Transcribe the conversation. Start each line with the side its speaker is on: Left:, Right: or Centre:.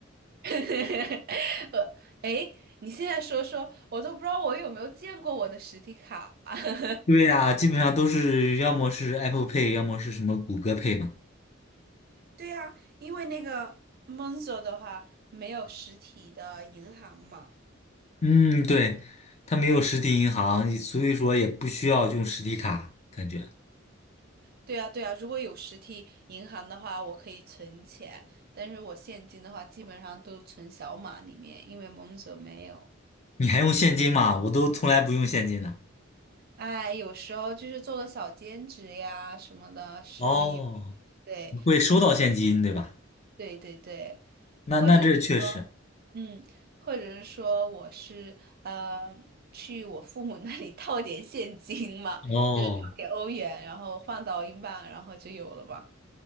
Right: <laughs> 呃，哎，你现在说说，我都不知道我有没有见过我的实体卡。<laughs>
Left: 对呀，基本上都是要么是 Apple Pay，要么是什么谷歌 Pay 嘛。
Right: 对呀，因为那个 Monzo 的话没有实体的银行嘛。
Left: 嗯，对，它没有实体银行，所以说也不需要用实体卡，感觉。
Right: 对呀，对呀，如果有实体银行的话，我可以存钱，但是我现金的话基本上都存小码里面，因为 Monzo 没有。
Left: 你还用现金吗？我都从来不用现金的，
Right: 哎，有时候就是做个小兼职呀什么的，是有，
Left: 哦
Right: 对
Left: 你会收到现金，对吧？
Right: 对对对，
Left: 那那这确实。
Right: 或者说。嗯，或者是说我是呃去我父母 <laughs> 那里套点现金嘛，
Left: 哦，
Right: 就是套点欧元，然后换到英镑，然后就有了嘛。